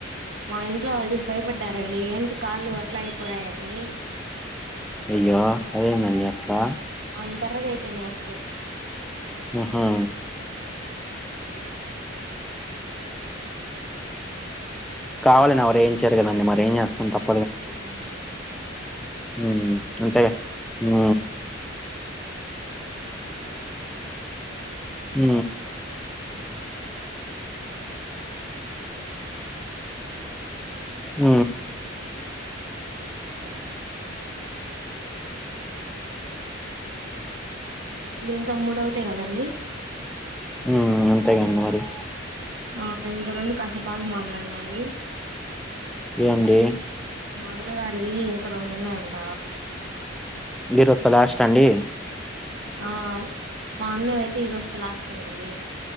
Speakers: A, on the right; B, in the centre.
A: మా ఇంట్లో వాళ్ళు చేసి భయపడ్డారండి ఏంటి కాళ్ళు అట్లా అయిపోయాయని
B: అయ్యో అదేందండి అస్లా
A: అంతరగా అయిపోయినాయి అసలు
B: ఆహా కావాలని ఎవరు ఏం చేరు కద మర ఏం చేస్తాం తప్
A: ఉ
B: ఉ అంతేగా ఉ ఉ ఉ
A: ఎట్టట్ట దీంతో మూడవుతాయి కదండి
B: ఉ అంతేగండి మరి
A: ఆ ఇంక రెండు కాసేపు ఆగి మాట్లాడన అండి
B: ఏంది
A: మాన్నగారివి ఇంకా రెండున్నాయి అంట
B: ఈరోజుతో లాస్ట్ అండి
A: ఆ మా అన్న అయితే ఈరోజుతో లాస్ట్ అండి